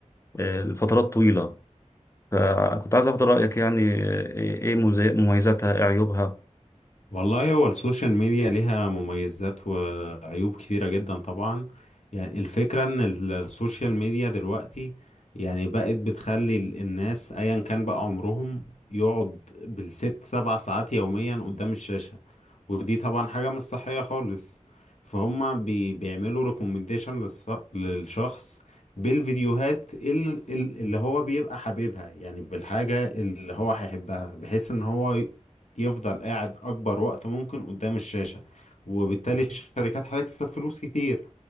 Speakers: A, on the left; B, on the left.
A: آه، لفترات طويلة فكنت عايز أخد رأيك يعني آه، إيه مزي- مميزاتها إيه عيوبها
B: والله هو السوشيال ميديا ليها مميزات وعيوب كثيرة جدا طبعا يعني الفكرة ان السوشيال ميديا دلوقتي يعني بقت بتخلي ال- الناس ايا كان بقى عمرهم يقعد بالست سبع ساعات يوميا قدام الشاشة ودي طبعا حاجة مش صحية خالص فهما بي بيعملوا ريكومنديشن للشخص بالفيديوهات ال- ال- اللي هو بيبقى حاببها يعني بالحاجة اللي هو هيحبها بحيث ان هو يفضل قاعد أكبر وقت ممكن قدام الشاشة وبالتالي الشركات هتكسب فلوس كتير